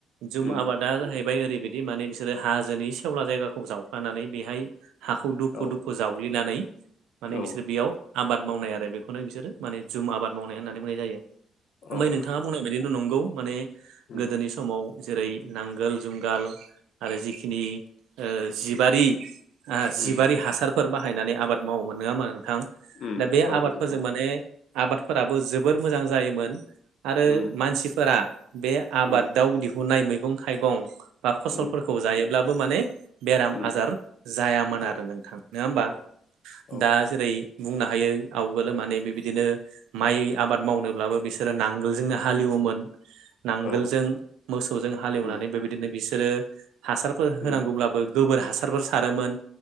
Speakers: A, on the right; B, on the left.
A: जुम
B: उम
A: आबाद। दा जाहैबाय ओरैबायदि माने बिसोरो हाजोनि सेवला जायगाखौ जावफानानै बेहाय हाखौ दुफु
B: औ
A: दुफु जावग्लिनानै माने
B: औ
A: बिसोरो बेयाव आबाद मावनाय आरो बेखौनो बिसोरो माने जुम आबाद मावनाय होननानै बुंनाय जाय ओमफाय
B: औ
A: नोंथाङा
B: नोंथां
A: बुंनाय बायदिनो नंगौ माने
B: उम
A: गोदोनि समाव जेरै नांगोल जुंगाल आरो जिखिनि जिबारि जिबारि
B: उम
A: हासारफोर बाहायनानै आबाद मावोमोन नङामोन थां
B: उम
A: दा बे
B: औ
A: आबादफोरजों
B: नोंथां
A: माने आबादफोराबो जोबोर मोजां जायोमोन। आरो
B: उम
A: मानसिफोरा बे आबादाव
B: उम
A: दिहुननाय मैगं थाइगं बा फसलफोरखौ।
B: उम
A: खौ जायोब्लाबो माने बेराम
B: उम
A: आजार जायामोन
B: औ
A: आरो नोंथां नङा होमबा?
B: औ औ
A: दा जेरै बुंनो हायो आवगोल माने बेबायदिनो माइ आबाद मावनोब्लाबो बिसोरो नांगोलजोंनो हालेवोमोन। नांगोलजों
B: औ
A: मोसौजों हालेवनानै
B: उम
A: बेबायदिनो बिसोरो हासारफोर होनांगौब्लाबो।
B: उम
A: गोबोर हासारफोर सारोमोन